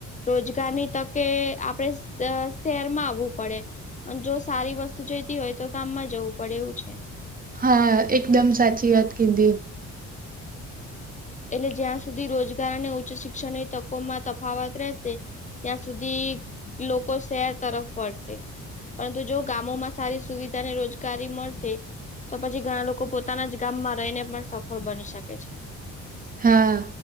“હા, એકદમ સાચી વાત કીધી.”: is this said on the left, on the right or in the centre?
Right